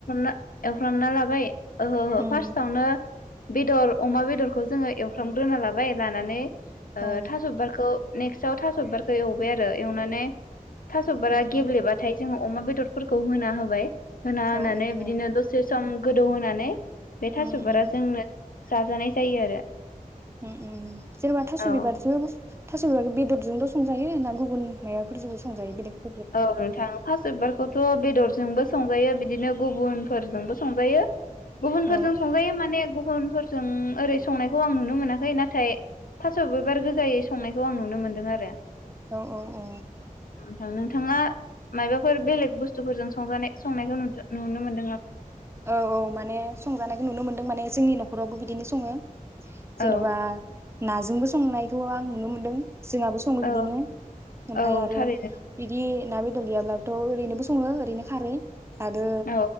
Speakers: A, on the left; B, on the right.
A: ना एवफ्रामना लाबाय ओहो ओहो
B: उम
A: फार्स्टआवनो बेदर अमा बेदरखौ जोङो एवफ्रामग्रोना लाबाय लानानै ओ
B: औ
A: थास' बिबारखौ नेक्स्टआव थास' बिबारखौ बेखौ एवबाय आरो एवनानै थास' बारा
B: उम
A: गेब्लेबाथाय
B: उम
A: जोङो अमा बेदरफोरखौ होना होबाय होननानै
B: औ औ
A: बिदिनो
B: औ
A: दसे सम गोदौ होनानै बे थास'फोरा
B: उम उम
A: जोंनो जाजानाय जायो आरो
B: उम उम जेन'बा थास'
A: औ
B: बिबारजों थास' बिबारखौ बेदरजोंल' संजायो ना गुबुन माबफोरजोंबो संजायो बेलेग
A: औ नोंथां थास'बिबारखौ बेखौथ' बेदरजोंबो संजायो बिदिनो गुबुनफोरजोंबो संजायो गुबुनफोरजों
B: औ
A: संजायो माने गुबुनफोरजों ओरै संनायखौ आं नुनो मोनाखै नाथाय थास' बिबार गोजायै संनायखौ आं नुनो मोन्दों आरो
B: औ औ औ
A: <unintelligible> बिथाङा माइबाफोर बेलेग बुस्थुफोरजों संजानाय संनायखौ नुदों नुनो मोन
B: औ औ माने संजानायखौ नुनो मोनो माने जोंनि न'खरावबो बिदिनो सङो जेनबा
A: औ
B: नाजोंबो संनायखौ आं नुनो मोन्दों जोंहाबो सङो
A: औ
B: बिदिनो ओमफ्राय
A: औ
B: आरो
A: थारैनो
B: बिदि ना बेदर बेदर गैयाब्लाबोथ' ओरैनोबो सङो ओरनो खारै आरो
A: औ